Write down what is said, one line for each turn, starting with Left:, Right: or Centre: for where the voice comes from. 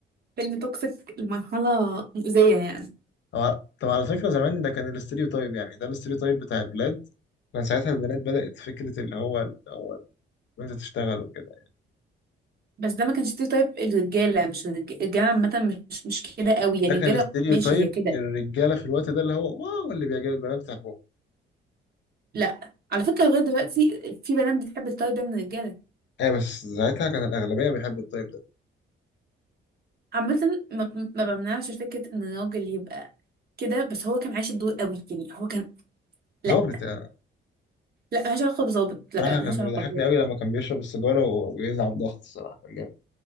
Right: فيلم توكسيك لمرحله مؤذيه يعني
Left: هو ع- طب على فكرة زمان ده كان الاستيريو تايب يعني ده الاستيريو تايب بتاع الولاد كان ساعتها البنات بدأت فكرة اللي هو اللي هو انت تشتغل وكده يعني.
Right: بس ده ما كانش تايب الرجاله مش الرج- الرجاله عامه مش مش كده قوي يعني
Left: ده كان
Right: الرجاله
Left: استيريو
Right: ماشي
Left: تايب
Right: هي كده
Left: الرجالة في الوقت ده اللي هو واو اللي بيعجب البنات بتحبهم
Right: لا على فكره لغايه دلوقتي في بنات بتحب التاي ده من الرجاله
Left: ايه بس ساعتها كان الأغلبية بيحبوا التايب ده
Right: عامه ما, ما بمنعش فكره ان الراجل يبقى كده بس هو كان عايش الدور قوي يعني هو كان لا
Left: ظابط يعني
Right: لا ملهاش علاقه بظابط لا
Left: صراحة
Right: لا ملهاش
Left: كان
Right: علاقه
Left: بيضحكني قوي لما كان بيشرب السيجارة و- ويلعب ضغط الصراحة كان جامد